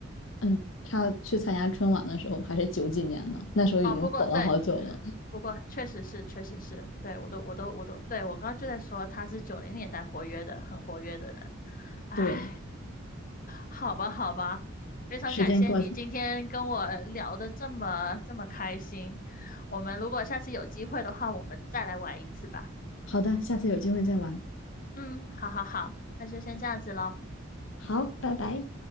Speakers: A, on the left; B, on the left.
A: 嗯，他去参加春晚的时候还是九几年呢，那时候已经火了好久了。
B: 哦，不过对，不过确实是，确实是，对，我都，我都，我都，对，我刚刚就在说他是九零年代活跃的，很活跃的人。唉，
A: 对，
B: 好吧，好吧，非常感谢你今天跟我聊的这么这么开心。
A: 时间过去，
B: 我们如果下次有机会的话，我们再来玩一次吧。
A: 好的，下次有机会再玩。
B: 嗯，好好好，那就先这样子喽。
A: 好，拜拜。